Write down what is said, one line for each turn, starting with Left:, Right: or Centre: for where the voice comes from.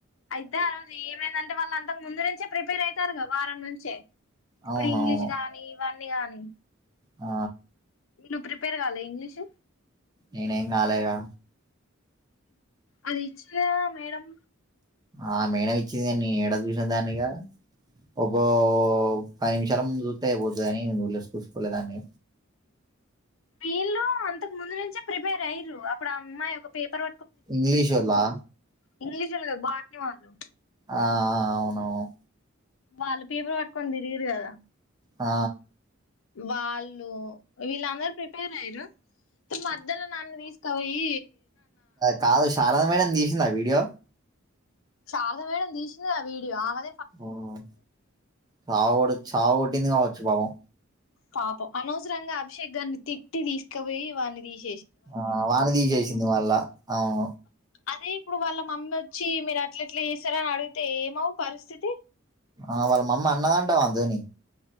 Left: అయితే ఆ రోజు ఏమేందంటే అంటే వాళ్ళ అంతకు ముందు నుంచే ప్రిపేర్ అవుతారు వారం నుంచే ఇప్పుడు
Right: అవును
Left: ఇంగ్లీష్
Right: అవును
Left: గాని ఇవన్నీ నిగాని
Right: ఆ
Left: నువ్ ప్రిపేర్ కాలే ఇంగ్లీషు
Right: నేనేం కాలేగా
Left: అదిచ్చిన మేడం
Right: ఆ మేడ ఇచ్చింది న ఎడ చూసిన దాన్నిగా ఒక్కో పది నిమిషాల ముందు చూస్త అయిపోతుందిని వళ్లేసి కూూసుకోలేదాన్ని
Left: వీళ్ళు అంతకు ముందు నుంచే ప్రిపేర్ అయ్యారు అప్పుడు ఆ అమ్మాయి ఒక పేపర్
Right: ఇంగ్లీషలా
Left: ఇంగ్లీషోల్లు కాదు బాటిని వాళ్ళు
Right: ఆ ఆ అవునవును
Left: వాళ్ళ పేపర్ పక్క తిరియరు కదా
Right: ఆ
Left: వాళ్ళు వీళ్ళందర ప్రిపేర్ అయ్యారు మధ్యలో నన్ను తీసుకవయి
Right: కాదు శారద మేడం తీసిందా వీడియో
Left: శారదా మేడం తీసిందిగా వీడియో ఆమే
Right: మ్మ్ చావు కూడా చావు కొట్టింది కావచ్ సుభావం
Left: పాపం అనవసరంగా అభిషేక్ గారిని తిట్టి తీసుకుపోయి వాని తీస్
Right: ఆ వాన్ని తీసేసింది మళ్ళా ఆవ్
Left: అదే ఇప్పుడు వాళ్ళ మమ్మీ వచ్చి మీరు అట్ల ఇట్లా చేసారు అని అడిగితే ఏమవు పరిస్థితి
Right: ఆ వాళ్ళ మమ్మ అన్నదంటా వాని తోని